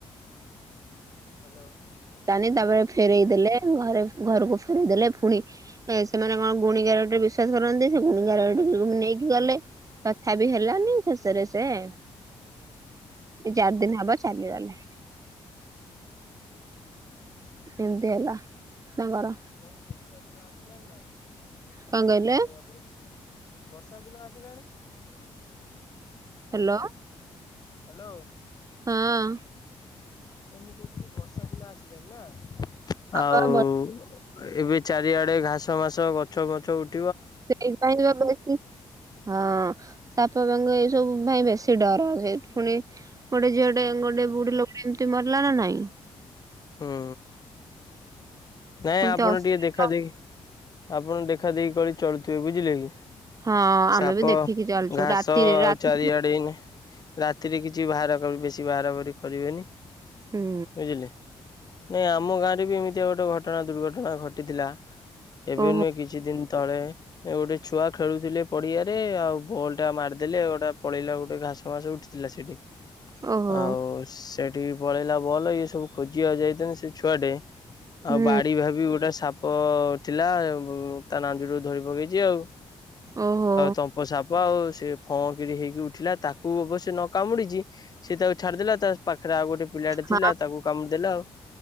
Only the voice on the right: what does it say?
<inaudible> ତାପରେ ଫେରେଇ ଦେଲେ। ଘରେ ଘରକୁ ଫେରଇ ଦେେଲେ। ପୁଣି ସେମାନେ କଣ ଗୁଣି ଗାରେଡ଼ି ରେ ବି ବିଶ୍ୱାସ କରନ୍ତି। ସେ ଗୁଣି ଗରେଡିକୁ ନେଇକି ଗଲେ। ତଥା ବିି ହେଲାନି। ଶେଷରେ ସେ ଏ ଚାରି ଦିନ ହବ ଚାଲିଗଲେ।
ଏମିତି ହେଲା ତାଙ୍କର।
କଣ
କହିଲେ
ହ୍ୟାଲୋ
ହଁ।
ହଁ
<inaudible> ହଁ। ସାପ, ବେଙ୍ଗ ଏସବୁ ପାଇଁ ବେଶୀ ଡର। ପୁଣି ଗୋଟେ ଝିଅ ଟେ ଗୋଟେ ବୁଢ଼ୀ ଲୋକ ରେ ଏମିତି <inaudible> ମାରିଲା ନା ନାଇଁ?
ସେମିତି
ଅସୁବିଧା
ହଁ ଆମେ
ବି ଦେଖିକି ଚାଲିଛୁ
ରାତିରେ ରାତି
ହୁଁ
ଓହୋ
ଓହୋ
ହୁଁ
ଓହୋ
ହଁ